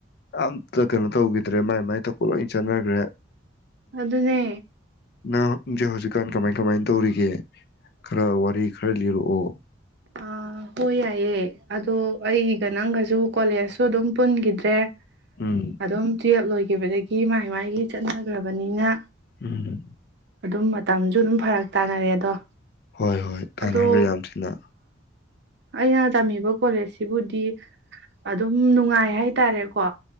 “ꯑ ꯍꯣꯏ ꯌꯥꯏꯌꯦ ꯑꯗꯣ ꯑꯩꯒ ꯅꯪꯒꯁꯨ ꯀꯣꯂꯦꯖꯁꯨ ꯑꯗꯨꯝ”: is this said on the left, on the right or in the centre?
Right